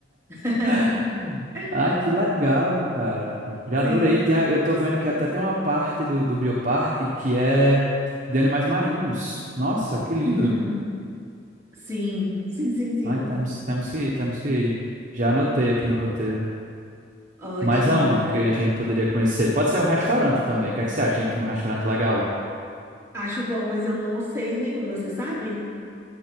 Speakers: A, on the right; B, on the right.
A: <laughs>
B: <laughs> Ai, que legal,
A: Sim.
B: cara. Já
A: Sim.
B: adorei. Tem a- eu tô vendo que até tem uma parte do, do bioparque que é de animais marinhos. Nossa, que lindo.
A: Uhum. Sim, sim, sim, sim.
B: Ai, temos, temos que ir, temos que ir. Já anotei aqui no roteiro.
A: Ótimo.
B: Mas aonde que a gente poderia conhecer? Pode ser um restaurante também. O que é que você acha, gente, num restaurante legal?
A: Acho bom, mas eu não sei nenhum, você sabe?